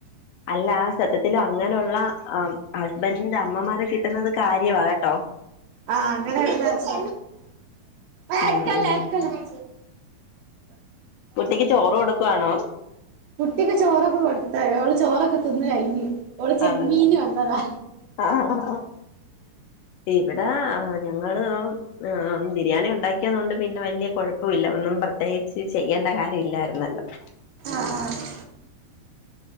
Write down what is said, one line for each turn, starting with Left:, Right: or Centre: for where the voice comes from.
Left: അല്ല ആ സത്യത്തില് അങ്ങനെ ഉള്ള ആ ഹസ്ബൻറ്റിന്റെ അമ്മമാരെ കിട്ടുന്നത് കാര്യമാകെട്ടോ
Right: ആഹ അങ്ങനെ <unintelligible> ഏഹ്
Left: ഉം
Right: എടുക്കല്ലേ
Left: ഉം
Right: എടുക്കല്ലേ
Left: കുട്ടിക്ക് ചോറ് കൊടുക്കുവാണോ
Right: കുട്ടിക്ക് ചോറൊക്കെ കൊടുത്ത ഓള് ചോറൊക്കെ തിന്ന് കഴിഞ്ഞ് ഓള് ചെമ്മീന്
Left: ആണല്ലേ
Right: വന്നതാ
Left: ആഹ് ആഹ് ഇവിടെ ആ ഞങ്ങള് ആഹ് ബിരിയാണി ഉണ്ടാക്കിയത് കൊണ്ട് പിന്നെ വലിയ കുഴപ്പല്ല പിന്നെ പ്രത്യേകിച്ച് ചെയ്യേണ്ട കാര്യമില്ല യിരുന്നു. <inaudible>
Right: ആഹ് ആഹ്